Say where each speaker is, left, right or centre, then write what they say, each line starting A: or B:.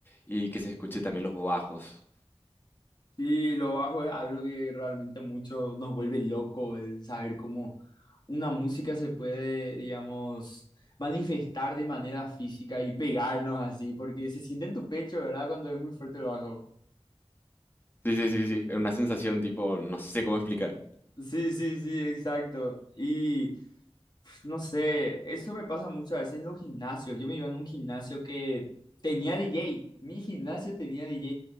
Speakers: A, on the left (about 20°); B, on the left (about 40°).
A: y que se escuche también los bajos.
B: Sí, lo bajo es algo que realmente mucho nos vuelve loco, el saber cómo una música se puede, digamos, manifestar de manera física y pegarnos así, porque se siente en tu pecho, ¿verdad? Cuando es muy fuerte el bajo.
A: Sí, sí, sí, sí. Es una sensación tipo, no sé cómo explicar.
B: Sí, sí, sí, exacto. Y No sé, eso me pasa muchas veces en los gimnasios. Yo me iba en un gimnasio que tenía DJ. Mi gimnasio tenía DJ.